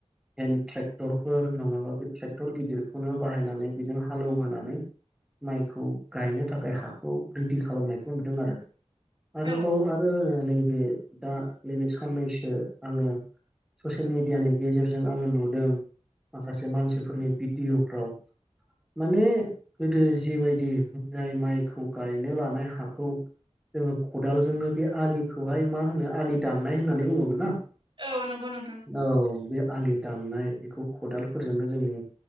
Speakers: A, in the centre; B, on the right.
A: हेन ट्रेक्टरफोर नङाबा बे ट्रेक्टर गिदिरखौनो बाहायनानै बेजों हालेवहोनानै माइखौ गायनो थाखाय हाखौ रेडि खालामनायखौ नुदों आरो। आरोबाव
B: औ
A: आरो आङो नैबे दा नैबे साननैसो आङो ससियेल मिडियानि गेजेरजों आङो नुदों माखासे मानसिफोरनि भिडिअ'फ्राव माने गोदो जिबायदि जाय माइखौ गायनो लानाय हाखौ जोङो खदालजोंनो बे आलिखौहाय मा होनो आलि दाननाय होननानै बुङोमोन ना?
B: औ नंगौ नो
A: औ बे आलि दाननाय बेखौ खदालफोरजोबनाय जोंनो